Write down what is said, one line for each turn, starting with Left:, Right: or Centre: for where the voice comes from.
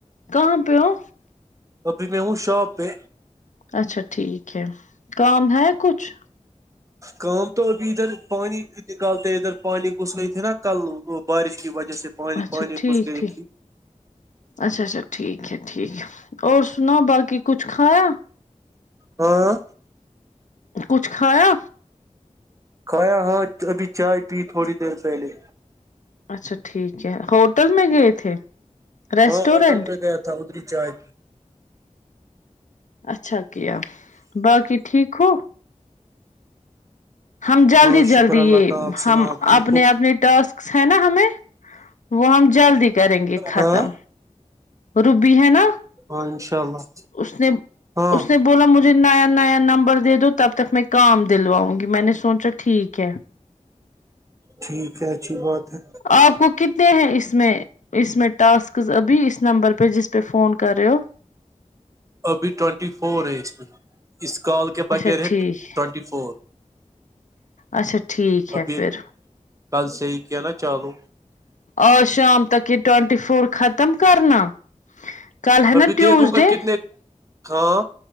Left: کہاں پہ ہو
Right: ابھی میں ہوں شاپ پہ
Left: اچھا ٹھیک ہے کام ہے کچھ
Right: کام تو ابھی ادھر پانی نکالتے ادھر پانی گھس گئی تھی نا کل وہ بارش کی وجہ سے پانی
Left: اچھا
Right: پانی
Left: ٹھیک
Right: گھس گئی
Left: ٹھیک
Right: تھی
Left: اچھا اچھا ٹھیک ہے ٹھیک ہے اور سناؤ باقی کچھ کھایا
Right: ہاں
Left: کچھ کھایا
Right: کھایا ہاں ابھی چائے پی تھوڑی دیر پہلے
Left: اچھا ٹھیک ہے ہوٹل میں گئے تھے ریسٹورینٹ
Right: ہاں ہوٹل پہ گیا تھا ادھری چائے پی
Left: اچھا کیا باقی ٹھیک ہو ہم جلدی
Right: ہاں شکر
Left: جلدی
Right: اللہ
Left: یہ
Right: کا آپ سنا
Left: ہم
Right: آپ ٹھیک
Left: اپنے
Right: ہو
Left: اپنے ٹرسک ہے نا ہمیں وہ ہم جلدی کریں گے ختم
Right: ہاں
Left: روبی ہے نا
Right: ہاں انشاء اللہ
Left: اس نے
Right: ہاں
Left: اس نے بولا مجھے نیا نیا نمبر دے دو تب تک میں کام دلواؤں گی میں نے سوچا ٹھیک ہے
Right: ٹھیک ہے اچھی بات ہے
Left: آپ کو کتنے ہیں اس میں اس میں ٹاسک ابھی اس نمبر پہ جس پہ فون کر رہے ہو
Right: ابھی ٹونٹی فور ہے اس میں اس کال کے بغیر
Left: اچھا
Right: ہے
Left: ٹھیک
Right: ٹونٹی فور
Left: اچھا ٹھیک ہے
Right: ابھی
Left: پھر
Right: کل سے ہی کیا نا چالو
Left: آج شام تک یہ ٹونٹی فور ختم کرنا کل ہے نا
Right: ابھی
Left: ٹیوزڈے
Right: دیکھوں گا کتنے ہاں